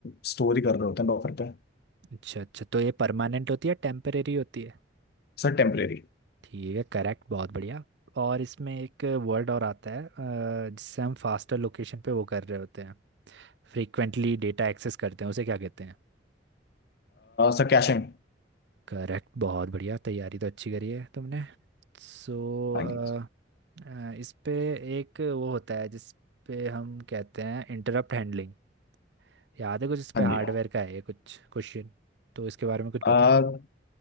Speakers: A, on the left; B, on the right.
A: स्टोर ही कर रहे होते हैं बफर पे
B: अच्छा अच्छा तो ये परमानेंट होती है टेम्परेरी होती है
A: Sir temporary
B: ठीक है करेक्ट बहुत बढ़िया और इसमें एक वर्ड और आता है अ, जिससे हम फास्टर लोकेशन पे वो कर रहे होते हैं फ्रीक्वेंटली डेटा एक्सेस करते हैं उसे क्या कहते हैं
A: Sir caching
B: करेक्ट बहुत बढ़िया तैयारी तो अच्छी करी है तुमने सो
A: हाँ
B: अ,
A: जी
B: अ, इस पे एक वो होता है जिस पे हम कहते हैं इंटरप्ट हैंडलिंग याद है कुछ इस
A: हाँ
B: पे हार्डवेयर का है ये कुछ क्वेश्चन तो इसके बारे में कुछ
A: जी
B: पता